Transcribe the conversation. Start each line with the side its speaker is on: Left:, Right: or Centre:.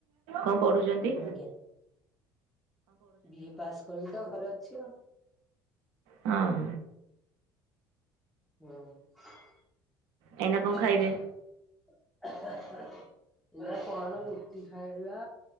Right: କଣ ପଢୁଚନ୍ତି?
Centre: ଆଜ୍ଞା ବିଏ ପାସ୍ କରିକି ତ ଘରେ ଅଛି ଆଉ।
Right: ହଁ।
Centre: ହଁ।
Right: ଏଇନା କଣ ଖାଇବେ?
Centre: ହେଲା କଣ ରୁଟି ଖାଇବା